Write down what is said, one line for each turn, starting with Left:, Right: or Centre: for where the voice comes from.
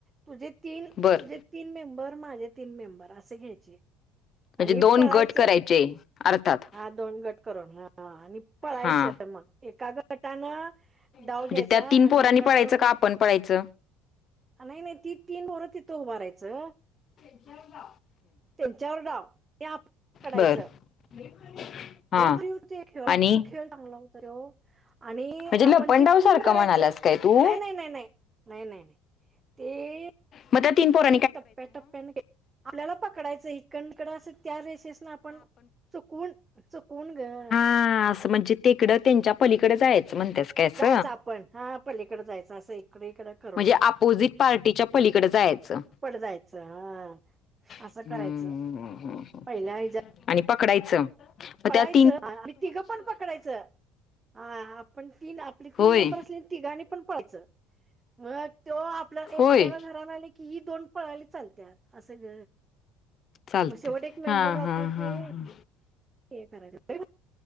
Right: तुझे तीन,
Left: बर
Right: तुझे तीन मेंबर माझे तीन मेंबर अस घ्यायचे.
Left: म्हणजे
Right: आणि
Left: दोन
Right: पळायचं
Left: गट करायचे, अर्थात.
Right: हा दोन गट करून ह आणि पळायच
Left: हा
Right: मग एका गटानं डाव
Left: म्हणजे
Right: घ्यायचा
Left: त्या तीन
Right: आणि
Left: पोरांनी
Right: एका
Left: पळायचं
Right: डाव
Left: का
Right: एक
Left: आपण पळायचं
Right: नाही नाही ती तीन <unintelligible> तथं उभारायचं.
Left: <unintelligible>
Right: त्यांच्यावर डाव, हे आप, पडायचं.
Left: बर <unintelligible>
Right: लई भारी होतय खेळ
Left: आणि
Right: इतका खेळ चांगला होतय तो. आणि
Left: म्हणजे लपंडाव
Right: आपण ते पूर्ण
Left: सारखं
Right: करायचं,
Left: म्हणालास काय तू
Right: नाही नाही नाही. नाही नाही, ते.
Left: म तीन पोरा
Right: टप्प्या टप्प्यान, आपल्याला पकडायचं इकडन तीकड अस त्या रेशेस न आपण चुकून, चुकून ग.
Left: हा असं म्हणजे तीकडं त्यांच्या पलीकड जायचं म्हणत्यास का अस,
Right: जायचं आपण हा पलीकडे जायचं असं इकडे इकडं करून
Left: म्हणजे अपोजिट पार्टीच्या पलीकड जायचं.
Right: पट जायचं ह, असं
Left: हम्म
Right: करायचं,
Left: हम्म हम्म
Right: पहिल्या हिज्या
Left: आणि पकडायचं, म त्यात
Right: च आणि तिघ पण पकडायचं, आ आपण आपली
Left: होय
Right: तीन मेंबर अस तिघांनी पण पळायचं, म त्यो आपल्या एकट्याला
Left: होय
Right: धराय की ही दोन पळाली चालतात असं ग,
Left: चालते
Right: म शेवट एक मेंबर
Left: हा
Right: राहतोय
Left: हा हा
Right: ते.
Left: हा
Right: हे करायचं